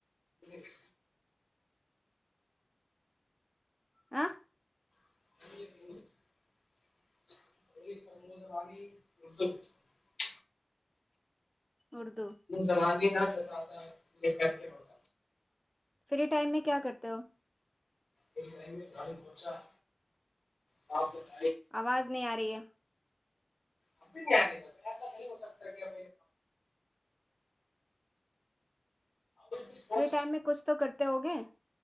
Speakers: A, on the left (about 85°); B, in the centre.
A: ج
B: آ
A: ج اد
B: اردو
A: ہ سمگے ت ہے لے کر کے ہوگ
B: فری ٹائم میں کیا کرتے ہو
A: گڑ پہنچاپ <unintelligible>
B: آواز نہیں آ رہی ہے
A: اب نہیں آ رہ ایسا نہیں ہو سکتا کیا دس پاسبل
B: فری ٹائم میں کچھ تو کرتے ہوگئے